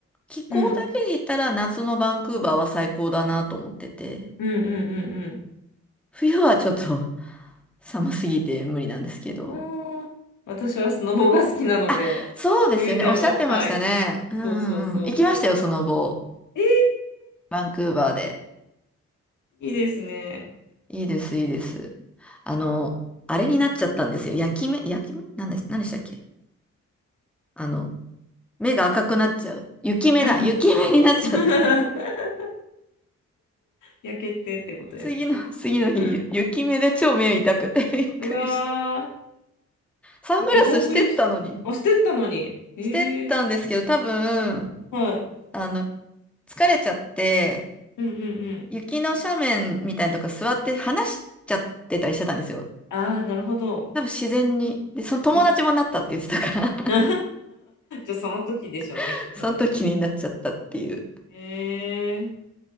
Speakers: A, in the centre; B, on the left.
A: 気候だけで言ったら夏のバンクーバーは最高だなと思ってて、
B: うん。うんうんうん
A: 冬はちょっと <laughs> 寒すぎて無理なんですけど。
B: うん。うーん。私はスノボが好きなので、
A: あ、そうですよね。
B: 冬でも、
A: おっしゃってましたね。
B: はい。
A: うんうんうん。
B: そうそうそうそう。
A: 行きましたよ、その後。
B: え
A: バンクーバーで。
B: ー、いいですね。
A: いいです、いいです。あの、あれになっちゃったんですよ。焼き目、焼き目なんです、何でしたっけあの、目が赤くなっちゃう。雪目だ、
B: はいはい。
A: 雪目になっちゃって。
B: <laughs> 焼けてってことですか
A: 次の、<laughs> 次の日、
B: うん。
A: ゆ雪目で超目痛くて <laughs> びっくりした。
B: うわ
A: サングラスしてったのに。
B: ー。え、ゴーグルし、あ、してったのに。えー、
A: してったんですけど、多分、
B: はい。
A: あの、疲れちゃって、
B: うんうんうん。
A: 雪の斜面みたいなとこ座って話しちゃってたりしてたんですよ。
B: ああ、なるほど。
A: 多分自然に。で、その友達もなったって言ってたから
B: うん <laughs> じゃあその時でしょうね、
A: <laughs>
B: きっとね。
A: その時になっちゃったっていう。
B: へえ、